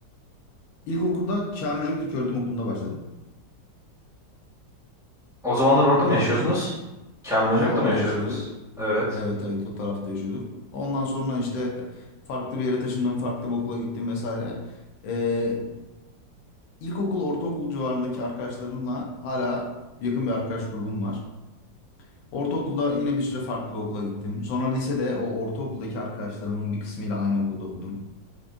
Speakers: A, on the left; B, in the centre.
A: ilkokulda Kamil Hoca İlköğretim Okulu'nda başladım.
B: O zamanlar
A: Buralar
B: orada mı yaşıyordunuz? Kamil
A: Aha,
B: Ocak'ta
A: orada
B: mı yaşıyordunuz?
A: yaşıyorduk.
B: Evet.
A: Evet evet o tarafta yaşıyorduk. Ondan sonra işte farklı bir yere taşındım, farklı bir okula gittim vesaire. Ee, ilkokul, ortaokul civarındaki arkadaşlarımla hala yakın bir arkadaş grubum var. Ortaokulda yine bir süre farklı bir okula gittim. Sonra lisede o ortaokuldaki arkadaşlarımın bir kısmıyla aynı okulda okudum.